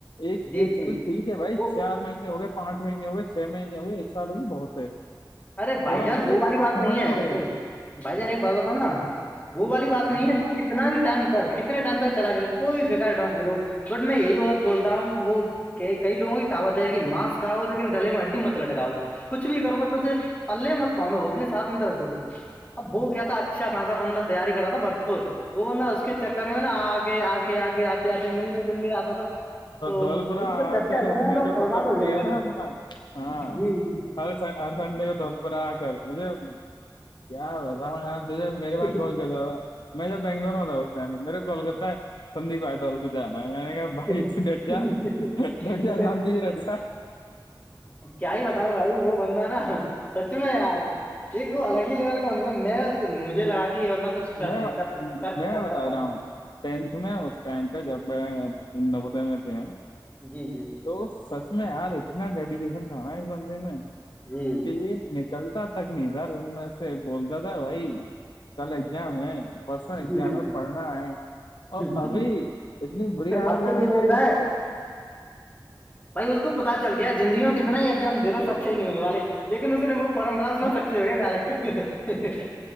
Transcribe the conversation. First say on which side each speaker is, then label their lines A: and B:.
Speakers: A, on the left (about 70°); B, on the left (about 20°).
A: ایک
B: جی
A: ایک
B: جی
A: چ ٹھیک ہے بھائی
B: وہ
A: چار مہینے ہو گئے پانچ مہینے ہو گئے چھ مہینے ہو گئے ایک سال ہوگئے بہت ہے
B: ارے
A: تھوڑا
B: بھائی جان
A: تجھے
B: بو والی بات
A: سمجھنا
B: نہیں ہے
A: پڑے گا
B: بھائی جان ایک بات بتاؤ نا وہو والی بات نہیں
A: ہ
B: ہے تو ک کتنا بھی ٹائم کر کتنے ٹائم تک چلا رہے کوئی فکر ڈٹو بٹ میں یہی بات بولتا ہوں کہ وہ کہ کئی لووں کی کہاوت ہے کہ ماںسکھاؤ لیکن گلے میں اڈی مت لٹکاؤ کچھ بھی کرو گ پلے متباندو اپنے ساتھ مت رگو گے اب ب کیا تھا اچھا خھاصا بندہ تیاری کرا تھا بھرپور وہ بندہ اس کے چکر میں نا آ کے آ کے آ کے آتے آتے ملنے ملنے آتا تھا تو
A: دول
B: اس
A: برا آ
B: کو چکر
A: کر
B: ایسا
A: اس
B: لگا
A: نے
B: تھا
A: جو
B: برباد
A: ختم
B: ہو
A: کیا
B: گیا وہ۔
A: ہے نا اپنا ہاں
B: جی
A: ہر سنڈے کو توول پر آ کر مجھے کیا وسا جے میرے
B: جی
A: بار کال کرتا تھا میں تو بنگلور میں ہوتا ہ میرے کال کرتا ہے سندیپ آئیتال پہ جانا ہے میں نے کیا آت
B: ارے،
A: دڈجا دڈجا شتی رڈجا <unintelligible>
B: کیا ہی بتاؤں بھائی وہ بندہ نا سچ میں یار ایک وہ الگ ہی لیول کا بند تھا میں مجھے لگای یہندہ کچھ کر
A: میں
B: دے کر کر
A: میں
B: کر
A: بتا
B: کر پائے
A: رہا
B: گا
A: ہوں ٹینتھ میں اس ٹائم پہ جب میں نودے میں کیا
B: جی جی
A: تو سچ میں یار اتنا ڈیڈیکیشن تھا نا اس سمے میں
B: جی
A: کہ یہ چلتا تک نہیں ادھر ان میں سے بولتا تھا بھائی کل ایگزام ہے بس
B: جی
A: ایگزام ہے
B: جی
A: پڑھنا ہے اور
B: جی
A: ابھی اتنی بری عادت
B: اب
A: کریں
B: تو یہ بولتا
A: گے اس
B: ہے
A: کا <unintelligible>
B: بھائی اس کو پتا چل گیا زندگیوں میں کتنا ہی ایگزام د لو س اچھے نہیں ہونے والے لیکن اس نے وہ فورم برا اس میں
A: ایں؟
B: سکچے ہو گیا ڈائریکٹ